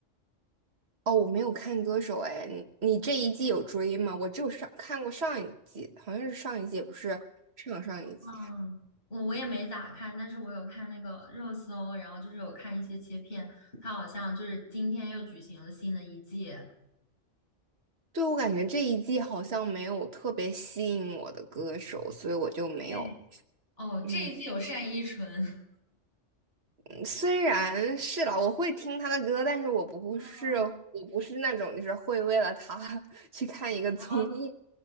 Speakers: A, on the right; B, on the left.
A: 哦，我没有看歌手哎，你你这一季有追吗？我只有上看过上一季，好像是上一季，也不是上上一季。
B: 嗯，我我也没咋看，但是我有看那个热搜，然后就是有看一些切片，他好像就是今天又举行了新的一季。
A: 对，我感觉这一季好像没有特别吸引我的歌手，所以我就没有。
B: 对，哦，
A: 嗯，
B: 这一季有单依纯。<laughs>
A: 嗯虽然是啦，我会听他的歌，但是我不是，
B: 哦。
A: 我不是那种就是会为了他 <laughs> 去看一个综艺。
B: 啊，